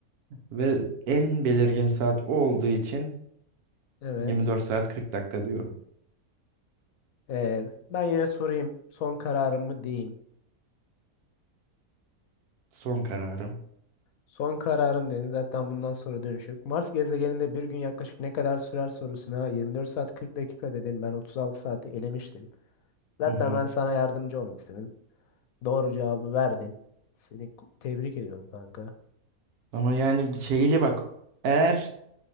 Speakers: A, on the right (about 80°); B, on the left (about 75°).
A: ve en belirgin saat o olduğu için
B: evet.
A: 24 saat 40 dakika diyorum.
B: Ee, ben yine sorayım. Son kararımı diyeyim.
A: Son kararım.
B: Son kararım dedin. Zaten bundan sonra dönüş yok. Mars gezegeninde bir gün yaklaşık ne kadar sürer sorusuna 24 saat 40 dakika dedin. Ben 36 saati elemiştim. Zaten
A: Hı hı.
B: ben sana yardımcı olmak istedim. Doğru cevabı verdin. Seni ku- tebrik ediyorum kanka.
A: Ama yani şeyle bak eğer